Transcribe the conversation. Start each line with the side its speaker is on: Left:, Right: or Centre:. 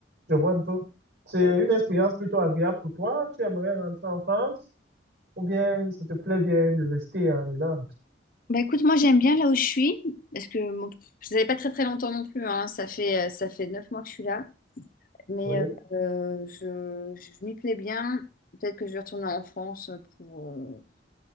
Right: je vois un peu. C'est une expérience plutôt agréable pour toi? Tu aimerais rentrer en France? Ou bien ça te plaît bien de rester en Irlande?
Left: Bah écoute, moi j'aime bien là où je suis, parce que bon, je n'avais pas très très longtemps non plus. hein. Ça fait, euh, ça fait neuf mois que je suis là. Mais
Right: Oui,
Left: euh, je, je m'y plais bien. Peut-être que je vais retourner en France pour euh,